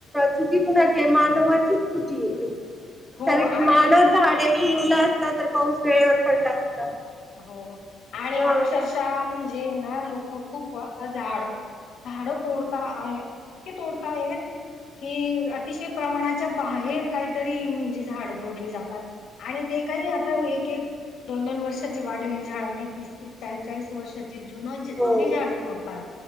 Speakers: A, in the centre; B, on the left (about 70°).
A: चुकी कोणा ते मानवाचीच चुकी आहे.
B: हो
A: अ
B: आणि
A: मानव झाडे जुनाच तर पाऊस वेळेवर पडला असता.
B: हो आणि
A: हा
B: अक्षरशः म्हणजे जे ना लोक खूपता झाड झाड तोडता आहे. इतके तोडता आहेत. कि अतिशय प्रमाणाच्या बाहेर काय तरी म्हणजे झाड तोडली जातात. आणि ते काही आता एक एक दोन दोन वर्ष वाढलेली झाड नाही. तीस तीस चाळी चाळीस वर्षाची जुन जी
A: हो
B: जुनी झाडं तोडतात.